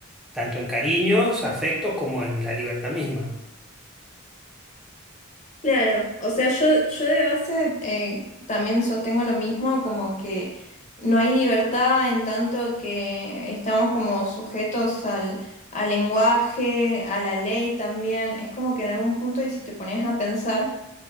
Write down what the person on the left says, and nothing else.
Claro, o sea, yo, yo de base eh, también sostengo lo mismo, como que no hay libertad en tanto que estamos como sujetos al, al lenguaje, a la ley también. Es como que en algún punto, y si te pones a pensar,